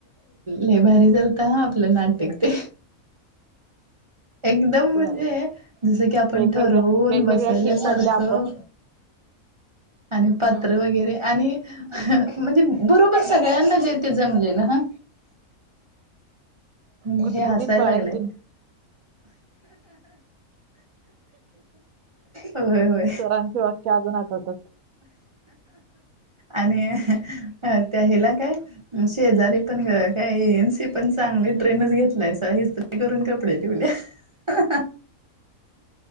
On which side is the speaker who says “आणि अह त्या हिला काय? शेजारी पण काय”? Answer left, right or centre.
Right